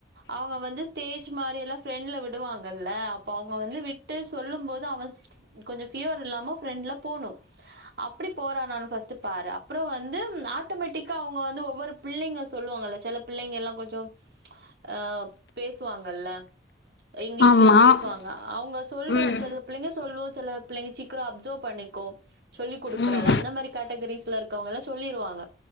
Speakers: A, on the right (about 60°); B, on the left (about 65°).
A: அவங்க வந்து ஸ்டேஜ் மாரி எல்லா ஃபிரண்ட்ல விடுவாங்கல்ல அப்போ அவங்க வந்து விட்டு சொல்லும் போது அவ கொஞ்ச ஃபீவர் இல்லாம ஃப்ரெண்ட்ல போணு அப்படி போறானானு ஃபர்ஸ்ட்டு பாரு அப்பறோ வந்து ஆட்டோமேட்டிக்கா அவங்க வந்து ஒவ்வொரு பிள்ளைங்க சொல்லுவாங்கள செல பிள்ளைங்க எல்லா கொஞ்சோ அ பேசுவாங்கல்ல இங்கிலீஷ்லா
B: ஆமா
A: பேசுவாங்க அவங்க சொல்றத
B: ம்
A: வச்சு செல பிள்ளைங்க சொல்லு செல பிள்ளைங்க ச்சீக்கறோ அப்சோவ் பண்ணிக்கோ சொல்லி குடுக்கறத
B: ம்
A: அந்த மாரி கேட்டகிரீஸ்ல இருக்கவங்கள சொல்லிருவாங்க